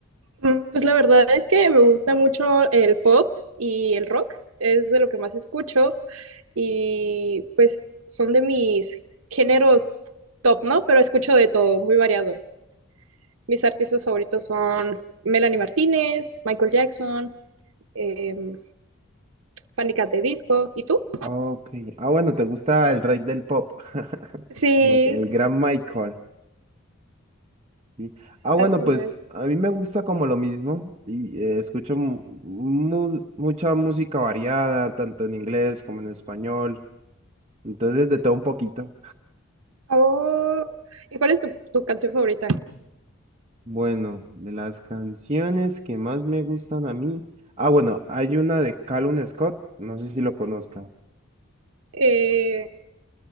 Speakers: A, on the right; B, on the right.
A: Mm, Pues la verdad es que me gusta mucho el pop y el rock, es de lo que más escucho y pues son de mis géneros top, ¿no? Pero escucho de todo, muy variado. Mis artistas favoritos son Melanie Martínez, Michael Jackson, eh, Panic! at the Disco. ¿Y tú?
B: Ok, ah, bueno, te gusta el rey del pop, <laughs>
A: Sí,
B: el, el gran Michael. sí. Ah, bueno,
A: así
B: pues
A: es.
B: a mí me gusta como lo mismo y eh, escucho mu- mu- mucha música variada, tanto en inglés como en español, entonces de todo un poquito.
A: Oh, ¿y cuál es tu, tu canción favorita?
B: Bueno, de las canciones que más me gustan a mí. Ah, bueno, hay una de Callum Scott, no sé si lo conozca.
A: Eh,